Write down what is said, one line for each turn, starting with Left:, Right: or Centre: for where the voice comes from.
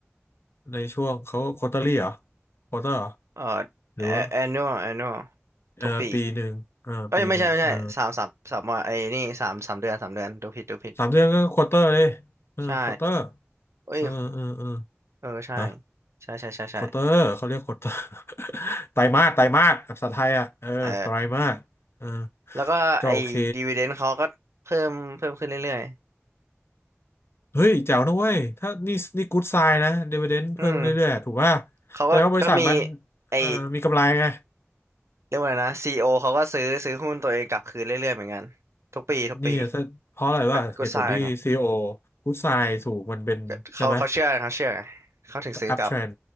Left: ในช่วงเขาควอเตอรี่เหรอควอเตอร์เหรอ
Right: เอ่อ
Left: หรือว่า
Right: a- annual annual
Left: เออปีหนึ่งเออปีหนึ่งเออ
Right: ทุกปีเอ้ยไม่ใช่ไม่ใช่สามสามสามว่าไอ้นี่สามสามเดือนสามเดือนดูผิดดูผิด
Left: สามเดือนก็ควอเตอร์เลยเออควอเตอร์
Right: ใช่เอ้ย
Left: เออเออเออ
Right: เออใช่
Left: ฮะ
Right: ใช่ใช่ใช่ใช่
Left: ควอเตอร์เขาเรียกควอเตอร์ <laughs> ไตรมาสไตรมาสภาษาไทยอ่ะเออไตรมาสเออ
Right: เออแล้วก็ไอ้ดีว
Left: ก็โอเค
Right: i เดน d เขาก็เพิ่มเพิ่มขึ้นเรื่อย
Left: เฮ้ยแจ๋วนะเว้ยถ้านี่นี่กู๊ดไซน์นะดิวเดนเพิ่มเรื่อยๆถูกป่ะ
Right: ๆอืมเขาก็ก็มี
Left: แสดงว่าบริษัทมัน
Right: ไอ้
Left: เอ่อมีกำไรไง
Right: เรียกว่าอะไรนะซีโอเขาก็ซื้อซื้อหุ้นตัวเองกลับคืนเรื่อยๆเหมือนกันทุกปีทุกปี
Left: นี่อะเพราะอะไรว่าเหตุผลที่ซีอีโอ
Right: ก็ก็สร้างไง
Left: พุทไซถูกมันเป็นใช่ไหม
Right: ก็เขาเขาเชื่อไงเขาเชื่อไงเขาถึงซื้อกลับ
Left: อัพเทรน